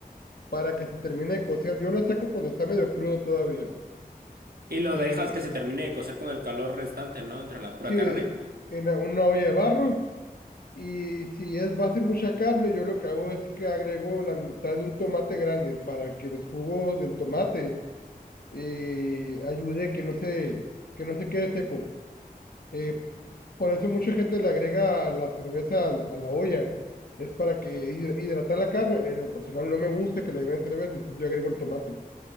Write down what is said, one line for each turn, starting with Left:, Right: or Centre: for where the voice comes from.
Left: para que se termine de cocer. Yo lo saco cuando está medio crudo todavía.
Right: Y lo
Left: Y
Right: dejas que se termine de cocer con el calor restante, ¿no? Entre la pura
Left: sí,
Right: carne.
Left: en la- una olla de barro. Y si es, va a ser mucha carne, yo lo que hago es que agrego la mitad de un tomate grande para que los jugos del tomate eh, ayude que no se, que no se quede seco. Eh, por eso mucha gente le agrega la cerveza al- a, la olla. Es para que hid- hidratar la carne. En lo personal no me gusta que le agreguen cerveza, entonces yo agrego el tomate,